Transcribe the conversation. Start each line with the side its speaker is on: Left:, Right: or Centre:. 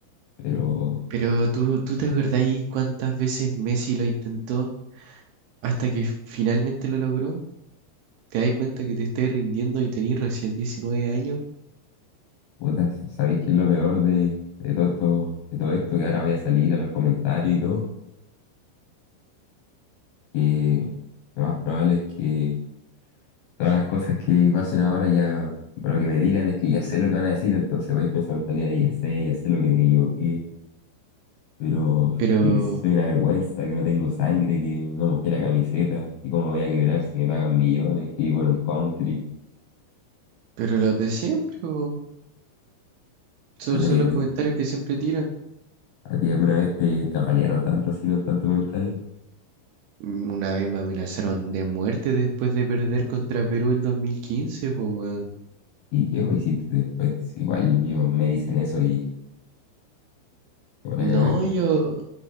Left: pero
Right: Pero tú, ¿tú te acordáis cuántas veces Messi lo intentó hasta que f- finalmente lo logró? ¿Te das cuenta que te estás rindiendo y tenés recién 19 años?
Left: puta, ¿sabéis qué es lo peor de, de todo esto, de todo esto? Que ahora voy a salir a los comentarios y todo, que lo más probable es que todas las cosas que pasen ahora ya, bueno, que me digan es que ya sé lo que van a decir, entonces voy con esa mentalidad de ya sé, ya sé lo que me equivoqué pero
Right: Pero,
Left: de que soy una vergüenza, que no tengo sangre, que no mojé la camiseta, y cómo me voy a quebrar si me pagan millones, que vivo un country.
Right: pero lo de siempre, po. Son
Left: Puta,
Right: son
Left: y a
Right: los
Left: ti,
Right: comentarios que siempre tiran.
Left: a ti alguna vez te, te apalearon tanto así con tanto comentario.
Right: Mm, Una vez me amenazaron de muerte después de perder contra Perú el 2015, pues, weón.
Left: ¿Y qué vos hiciste después? Si Igual yo me dicen eso y me van
Right: No,
Left: a cagar.
Right: yo,